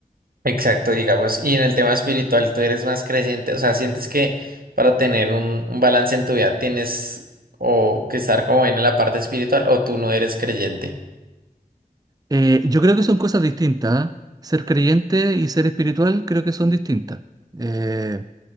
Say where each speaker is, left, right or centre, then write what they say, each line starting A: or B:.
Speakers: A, on the right (about 75°); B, on the right (about 25°).
A: Exacto, digamos. Y en el tema espiritual, tú eres más creyente, o sea, sientes que para tener un, un balance en tu vida tienes o que estar como bien en la parte espiritual o tú no eres creyente.
B: Eh, yo creo que son cosas distintas, ¿ah? Ser creyente y ser espiritual creo que son distintas. Eh,